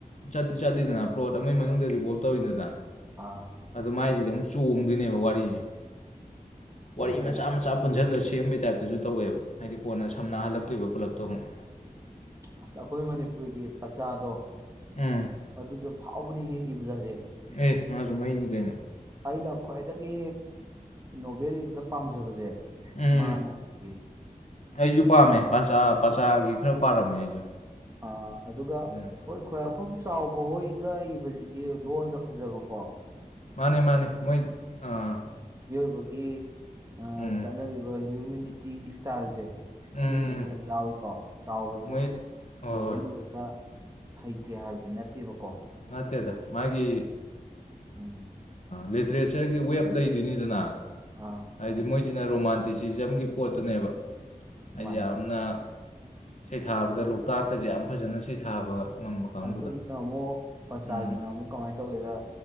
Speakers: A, on the left; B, on the right.
A: ꯆꯠꯇꯤ ꯆꯠꯂꯤꯗꯅ ꯄ꯭ꯂꯣꯠ ꯑꯃꯒꯤ ꯃꯅꯨꯡꯗ ꯔꯤꯕꯣꯜꯞ ꯇꯧꯔꯤꯗꯅ
B: ꯑꯥ
A: ꯑꯗꯨ ꯃꯥꯏꯁꯤꯗ ꯑꯃꯨꯛ ꯆꯣꯡꯗꯣꯏꯅꯦꯕ ꯋꯥꯔꯤꯁꯦ ꯋꯥꯔꯤ
B: ꯑꯣ
A: ꯃꯆꯥ ꯃꯆꯥ ꯄꯨꯟꯖꯜꯂ ꯁꯦꯝꯕꯒꯤ ꯇꯥꯏꯞꯇꯁꯨ ꯇꯧꯋꯦꯕ ꯍꯥꯏꯗꯤ ꯀꯣꯟꯅ ꯁꯝꯅꯍꯜꯂꯛ ꯇꯣꯏꯕ ꯄꯨꯜꯂꯞꯇꯣ ꯑꯃꯨꯛ
B: ꯑꯩꯈꯣꯏ ꯃꯅꯤꯄꯨꯔꯒꯤ ꯄꯥꯆꯥꯗꯣ
A: ꯎꯝ
B: ꯑꯗꯨꯁꯨ ꯐꯥꯎꯕꯅꯦ ꯍꯦ ꯏꯕꯗꯗꯤ
A: ꯑꯦ ꯃꯥꯁꯨ ꯃꯩꯅꯤ ꯀꯩꯅꯣ
B: ꯑꯩꯅ ꯈ꯭ꯋꯥꯏꯗꯒꯤ ꯅꯣꯕꯦꯜ ꯏꯕꯗ ꯄꯥꯝꯖꯕꯁꯦ
A: ꯎꯝ
B: ꯃꯥꯅ ꯑꯩꯈꯣꯏ
A: ꯑꯩꯁꯨ ꯄꯥꯝꯃꯦ ꯄꯆꯥ ꯄꯆꯥꯒꯤ ꯈꯔ ꯄꯥꯔꯝꯃꯦ ꯑꯩꯁꯨ
B: ꯑꯥ ꯑꯗꯨꯒ
A: ꯎꯝ
B: ꯍꯣꯏ ꯈ꯭ꯋꯥꯏꯔꯥꯛꯄꯝ ꯆꯥꯎꯕ ꯍꯣꯏꯒ ꯏꯕꯁꯤꯗꯤ ꯂꯣꯟꯗ ꯐꯖꯕ ꯀꯣ
A: ꯃꯥꯅꯦ ꯃꯥꯅꯦ ꯃꯣꯏ ꯑꯥ
B: ꯃꯤꯑꯣꯏꯕꯒꯤ ꯑꯥ
A: ꯎꯝ
B: ꯆꯠꯅꯔꯤꯕ ꯍꯨꯃꯤꯅꯤꯇꯤ ꯏꯁꯇꯥꯏꯜꯁꯦ
A: ꯎꯝ
B: ꯁꯤꯕꯨꯗꯤ ꯈꯔ ꯌꯥꯎꯋꯤ ꯀꯣ ꯆꯥꯎꯕꯁꯨ
A: ꯃꯣꯏ ꯍꯣꯏ
B: ꯅꯣꯕꯦꯜ
A: ꯍꯣꯏ
B: ꯏꯕꯗ ꯍꯩꯇꯦ ꯍꯥꯏꯕꯗꯤ ꯅꯠꯇꯦꯕ ꯀꯣ
A: ꯅꯠꯇꯦꯗ ꯃꯥꯒꯤ
B: ꯎꯝ
A: ꯂꯤꯇꯔꯦꯆꯔꯒꯤ ꯋꯦꯞ ꯂꯩꯗꯣꯏꯅꯤꯗꯅ
B: ꯑꯥ
A: ꯍꯥꯏꯗꯤ ꯃꯣꯏꯁꯤꯅ ꯔꯣꯃꯥꯟꯇꯤꯁꯤꯖꯝꯒꯤ ꯄꯣꯠꯇꯨꯅꯦꯕ ꯍꯥꯏꯗꯤ
B: ꯃꯥꯅꯦ
A: ꯌꯥꯝꯅ ꯁꯩꯊꯥꯕꯗ
B: ꯑꯗꯨ
A: ꯂꯣꯛꯇꯥꯛꯀꯁꯦ ꯌꯥꯝ ꯐꯖꯅ ꯁꯩꯊꯥꯕ ꯉꯝꯕ ꯀꯥꯡꯕꯨꯗꯣ
B: ꯑꯗꯨꯒꯤꯅ ꯑꯃꯨꯛ ꯄꯆꯥꯒꯤꯅ
A: ꯎꯝ
B: ꯑꯃꯨꯛ ꯀꯃꯥꯏꯅ ꯇꯧꯒꯦꯗ